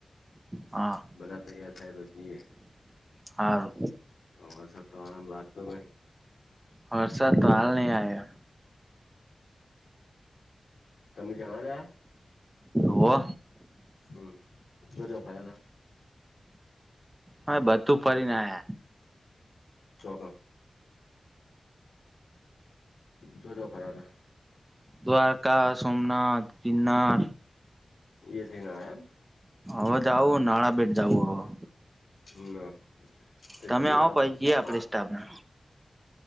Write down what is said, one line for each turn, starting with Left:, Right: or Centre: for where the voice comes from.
Right: હા
Left: બધા તૈયાર થાય તો જઈએ.
Right: હારું
Left: અ વરસાદ તો એમ લાગતો નહી.
Right: હર્ષ તો હાલ ન આયા.
Left: તમે જણા જ
Right: હો
Left: હમ જો જ ફ તા
Right: હવે બધું ફરી ને આયા.
Left: જોગમ. જોજો ફરદ હતા.
Right: દ્વારકા સોમનાથ ગિનરા.
Left: એ થઈને આયા
Right: હવે જવું નાણા બેેટ જવું હવે.
Left: મ ના
Right: તમે
Left: જ
Right: આવો
Left: આ
Right: પછ જઈએ આપડે સ્ટાફને